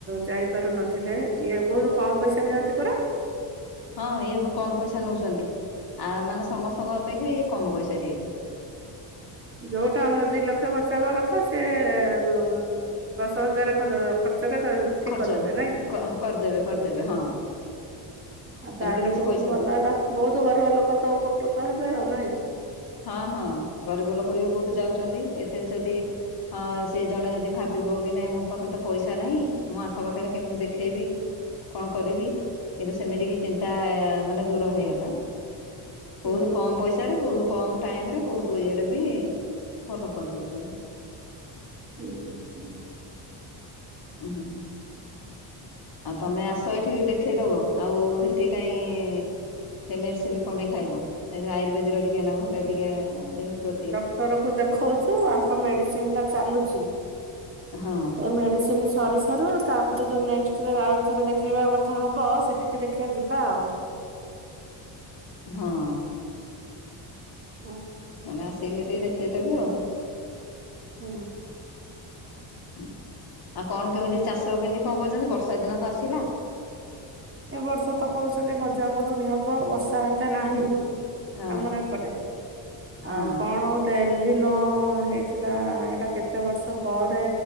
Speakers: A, on the right (about 25°); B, on the left (about 50°).
A: ଯାଇପାରୁନ ଥିଲେ ଇଏ ବହୁତ କମ୍ ପଇସା ନିଅନ୍ତି ପରା।
B: ହଁ ଇଏବ କମ ପଇସା ନଉଛନ୍ତି ଆ ମାନେ ସମସ୍ତଙ୍କ ଅପେକ୍ଷା ଇଏ କମ ପଇସା ଟିକେ
A: ଯଉଟା ଆମର ଦୁଇ ଲକ୍ଷ ଖର୍ଚ୍ଚ ହେବା କଥା ସେ ଦଶ ହଜାରଚ୍ଚ ଟ ଠିକ୍
B: ଖର୍ଚ୍ଚ।
A: କରିଦେବେ ନାଇଁ?
B: କରିଦେବେ କରିଦେବେ ହଁ।
A: ଆଉ ତାହେଲେ
B: ସେମିତି କିଛି
A: ବହୁତ
B: ପଇସା
A: ଭଲ ହେଲା ବହୁତ ଗରିବ ଲୋକ ତ ଉପକୃତ ହେବେ ଆଉ ନାଇଁ।
B: ହଁ ହଁ ଗରିବ ଲୋକ ବି ବହୁତ ଯାଉଛନ୍ତି ଏଥିରେ ଯଦି ହଁ ସେ ଜଣେ ଯଦି ଭାବିବ କି ନାଇଁ ମୋ ପାଖରେ ତ ପଇସା ନାହିଁ ମୋ ଆଙ୍କ ପାଖରେ କେମିତି ଦେଖେଇବି। କଣ କରିବି? କିନ୍ତୁ ସେମିତି କି ଚିନ୍ତା ମାନେ ଦୂର ହେଇଗଲା
A: ହୁଁ
B: ବହୁତ କମ ପଇସାରେ ବହୁତ କମ ଟାଇମ ରେ ବହୁତ ଇଏରେ ବି ଭଲ କରିଦଉଛନ୍ତି।
A: ହୁଁ ହୁଁ।
B: ଉଁହୁଁ। ଆଉ ତମେ ଆସ ଏଇଠିକି ଦେଖେଇଦବ ଆଉ ହେଠିକି କାଇଁ ସେ ମେଡିସିନ କପେଇଁ ଖାଇବ ଆୟୁର୍ବେଦିର ଟିକିଏ ହେଲେ ଟିକିଏ ଦେହ ପ୍ରତି
A: ଡାକ୍ତରକୁ ଦେଖଉଛୁ ଆଙ୍କ ମେଡିସିନ୍ ଟା ଚାଲୁଚି।
B: ହଁ।
A: ଏ ମେଡିସିନି ସରି ସାରୁ ତାପରେ ଯୋଉ ନେକ୍ସଟ ରେ ଆଉ ଥରେ ଦେଖେଇବା କଥା ହବସେ ଟିକିଏ ଦେଖିବା ଯିବା ଆଉ।
B: ହଁ।
A: ହୁଁ।
B: ତାନେ ଆସିକି ଟିକିଏ ଦେଖେଇଦେବେ ଆଉ।
A: ହୁଁ।
B: ହୁଁ ଆଉ କଣ କେମିତି ଚାଷ କେମିତି କଣ କରୁଚନ୍ତି ବର୍ଷା ଦିନ ତ ଆସିଲା।
A: ଏ ବର୍ଷ ତ କହୁଛନ୍ତି ଗଜାମରୁଡି ହବ ବର୍ଷା ଏତେ ନାହିଁ।
B: ହଁ
A: ଆମର ଏପଟେ
B: ହଁ।
A: ଆଉ କଣ ଟେଲିନ ହେଇଥିଲା ଏଇଟା କେତେ ବର୍ଷ ପରେ